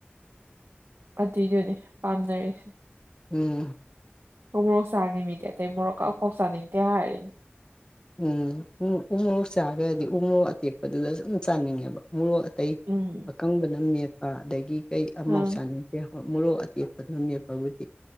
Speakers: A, on the right; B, on the left.
A: ꯑꯗꯨꯏꯗꯨꯅꯦ ꯄꯥꯝꯅꯔꯤꯁꯦ
B: ꯎꯝ
A: ꯍꯣꯏ ꯃꯣꯔꯣꯛ ꯆꯥꯅꯤꯡꯤꯃꯤꯗꯤ ꯑꯇꯩ ꯃꯣꯔꯣꯛ ꯀꯐꯣꯛ ꯆꯥꯅꯤꯡꯗꯦ ꯍꯥꯏ
B: ꯎꯝ ꯎ ꯎ ꯃꯣꯔꯣꯛ ꯆꯥꯈ꯭ꯔꯗꯤ ꯎ ꯃꯣꯛ ꯑꯇꯦꯛꯄꯗꯨꯗ ꯁꯨꯝ ꯆꯥꯅꯤꯡꯉꯦꯕ ꯃꯣꯔꯣꯛ ꯑꯇꯩ
A: ꯎꯝ
B: ꯑꯀꯪꯕꯅ ꯃꯦꯠ ꯑꯗꯒꯤ ꯀꯩꯧꯁꯥꯅꯤꯡꯁꯦ
A: ꯎꯝ ꯑꯪ
B: ꯃꯣꯔꯣꯛ ꯑꯇꯦꯛꯄꯅꯝ ꯃꯦꯞꯄꯕꯨꯗꯤ